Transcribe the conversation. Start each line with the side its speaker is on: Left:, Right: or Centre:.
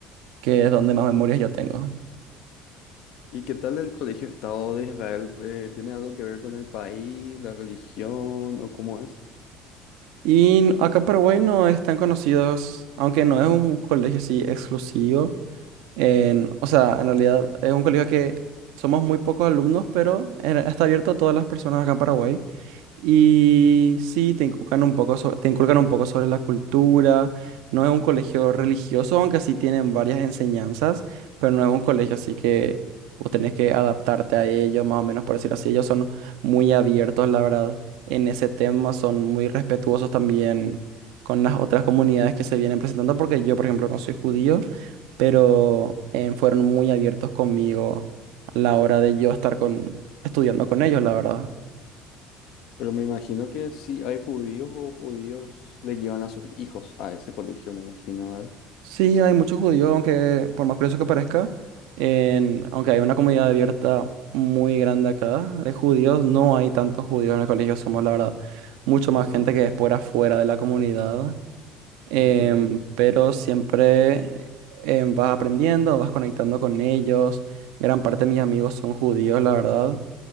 Right: que es donde más memorias yo tengo.
Left: ¿Y qué tal el Colegio Estado de Israel? Eh, ¿tiene algo que ver con el país, la religión o cómo es?
Right: Y acá en Paraguay no es tan conocido, aunque no es un colegio así exclusivo. En, o sea, en realidad es un colegio que somos muy pocos alumnos, pero era- está abierto a todas las personas acá en Paraguay. Y sí, te inculcan un poco sobre, te inculcan un poco sobre la cultura. No es un colegio religioso, aunque sí tienen varias enseñanzas, pero no es un colegio así que vos tenés que adaptarte a ellos, más o menos por decir así. Ellos son muy abiertos, la verdad, en ese tema. Son muy respetuosos también con las otras comunidades que se vienen presentando, porque yo, por ejemplo, no soy judío pero eh, fueron muy abiertos conmigo a la hora de yo estar con, estudiando con ellos, la verdad.
Left: Pero me imagino que sí hay judíos o judíos le llevan a sus hijos a ese colegio, me imagino, ¿verdad?
Right: Sí, hay muchos judíos, aunque por más curioso que parezca, en- aunque hay una comunidad abierta muy grande acá de judíos, no hay tantos judíos en el colegio, somos la verdad mucho más
Left: Ujú,
Right: gente que es por afuera de la comunidad, em,
Left: ujú.
Right: pero siempre em, vas aprendiendo, vas conectando con ellos, gran parte de mis amigos son judíos, la verdad.